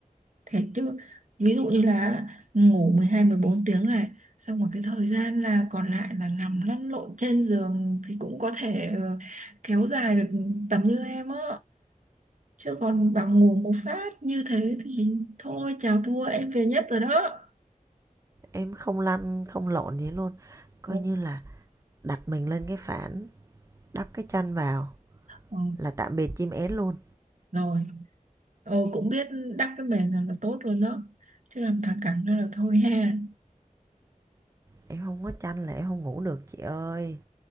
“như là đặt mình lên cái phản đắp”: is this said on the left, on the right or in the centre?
Right